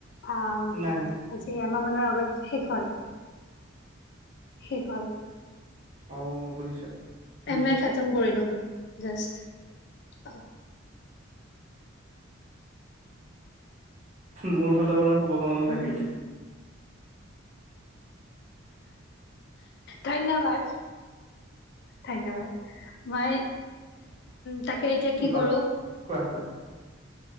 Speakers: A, on the left; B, on the right.
A: আ
B: নাই নাই
A: আজি আমাৰ মানৰ আগত শেষ হল শেষ হল
B: অ বুজিছো উম
A: এম এ খাটম কৰিলো জাষ্ট অ
B: মোৰ ফালৰ পৰা শুভকামনা
A: উম
B: থাকিল <inaudible>
A: ধন্যবাদ ধন্যবাদ মই তাকে, এতিয়া কি
B: বা
A: কৰোঁ?
B: কোৱা কোৱা